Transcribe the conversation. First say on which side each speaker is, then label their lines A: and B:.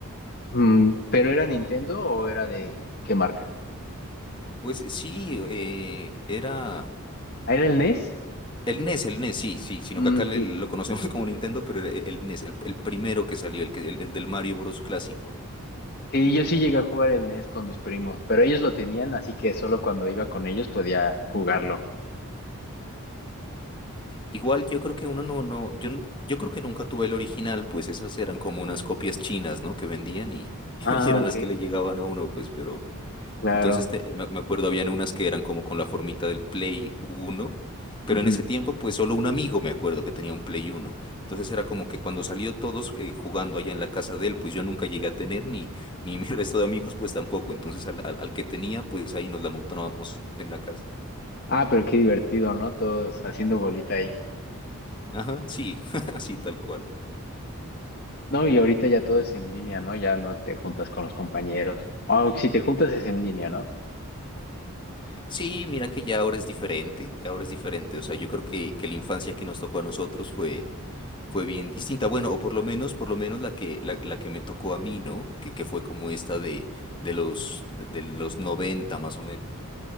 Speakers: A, on the left; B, on the left.
A: Mm, ¿pero era Nintendo o era de qué marca?
B: Pues sí, eh, era.
A: ¿Ah, ¿Era el NES?
B: El NES, el NES, sí, sí, sino
A: Mm,
B: que acá le-
A: sí.
B: lo conocemos <laughs> como Nintendo, pero el, el NES, el, el primero que salió, el, que- el- el del Mario Bros. clásico.
A: Sí, yo sí llegué a jugar el NES con mis primos, pero ellos lo tenían, así que solo cuando iba con ellos podía jugarlo.
B: Igual yo creo que uno no, no, yo, n- yo creo que nunca tuve el original, pues esas eran como unas copias chinas, ¿no? Que vendían y, <laughs>
A: Ah,
B: y eran
A: ok.
B: las que le llegaban a uno, pues, pero
A: Claro.
B: Entonces, te- me me acuerdo, habían unas que eran como con la formita del Play uno pero
A: Ujú.
B: en ese tiempo, pues solo un amigo me acuerdo que tenía un Play uno Entonces era como que cuando salió todos eh, jugando allá en la casa de él, pues yo nunca llegué a tener, ni, <laughs> ni mi resto de amigos, pues tampoco. Entonces al, al- al que tenía, pues ahí nos la montábamos en la casa.
A: Ah, pero qué divertido, ¿no? Todos haciendo bolita ahí.
B: Ajá, sí, <laughs> así tal cual.
A: No, y ahorita ya todo es en línea, ¿no? Ya no te juntas con los compañeros. Aunque si te juntas es en línea, ¿no?
B: Sí, mira que ya ahora es diferente, ahora es diferente. O sea, yo creo que, que la infancia que nos tocó a nosotros fue, fue bien distinta. Bueno, o por lo menos, por lo menos la que, la, la que me tocó a mí, ¿no? Que, que fue como esta de, de los, de los noventa más o menos.